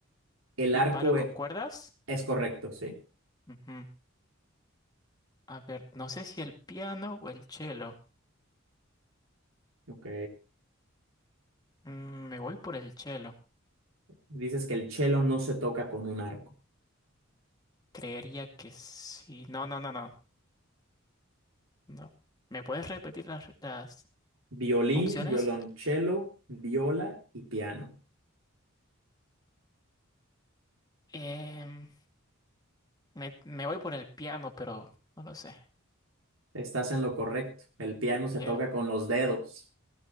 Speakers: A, on the right; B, on the left.
A: El
B: ¿El
A: arco
B: palo con
A: e-
B: cuerdas?
A: es, correcto, sí.
B: Ujú. A ver, no sé si el piano o el cello.
A: Ok.
B: Mm, me voy por el cello.
A: Dices que el chelo no se toca con un arco.
B: Creería que sí. No, no, no, no. No. ¿Me puedes repetir las, las
A: Violín,
B: opciones?
A: violonchelo, viola y piano.
B: Em, me, me voy por el piano, pero no lo sé.
A: Estás en lo correcto. El piano se
B: Bien,
A: toca con los dedos.